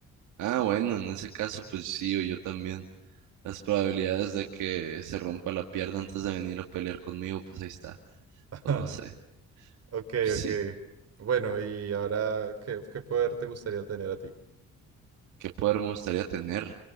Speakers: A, on the right (about 80°); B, on the right (about 55°).
A: Ah, bueno, en ese caso, pues sí, o yo también. Las probabilidades de que se rompa la pierna antes de venir a pelear conmigo, pues ahí está.
B: <laughs>
A: O no sé.
B: Ok,
A: pues, Sí.
B: ok. Bueno, y ahora, ¿qué, qué poder te gustaría tener a ti?
A: ¿Qué poder me gustaría tener?